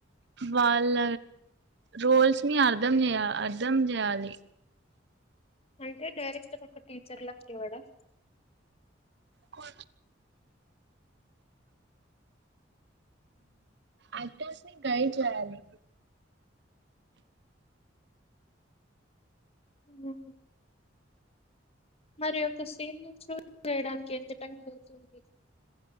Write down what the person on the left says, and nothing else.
అంతే డైరెక్ట్ <unintelligible>
అ మరి ఒక సీన్ ను షూట్ చేయడానికి ఎంత టైం అతుంది